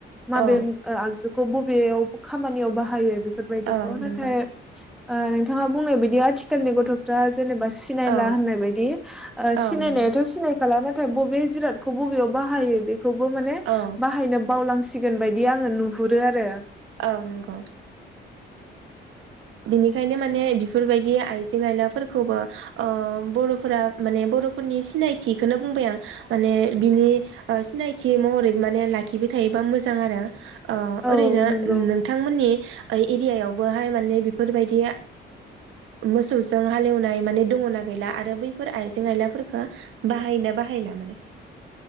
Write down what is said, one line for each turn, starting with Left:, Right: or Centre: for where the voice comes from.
Centre: मा बे
Right: औ
Centre: ओ आगजु खौ बबेयाव खामानियाव बाहायो बे बेफोर बायदिखौ
Right: औ
Centre: नाथाय
Right: नंगौ
Centre: ओ नोंथाङा बुंनाय बायदि आथिखालनि गथफ्रा जेनेबा सिनायला
Right: औ
Centre: होननाय बायदि ओ
Right: औ
Centre: सिनायनायाथ
Right: नंगौ
Centre: सिनायखालानो। बबे जिराथखौ मबेयाव बाहाय बे खौबो माने
Right: औ
Centre: बाहायनो बावलांसिगोन बायदि आङो नुहुरो आरो।
Right: औ नंगौ। बिनिखायनो माने बेफोरबायदि आइजें आयलाफोरखौबो ओ बरफोरा माने बरफोरनि सिनायथिखौनो बुंबाय आं। माने बिनि ओ सिनायथि महरै माने लाखिबाय थायोबा मोजां आरो। ओ ओरैनो
Centre: औ नंगौ
Right: नोंथांमोननि ओइ एरियायावबोहाय माने फोरबायदिआ मोसौजों हालेवनाय माने दङना गैला आरो बैफोर आइजें आयलाफोरफोरखो बाहायना बाहायला माने?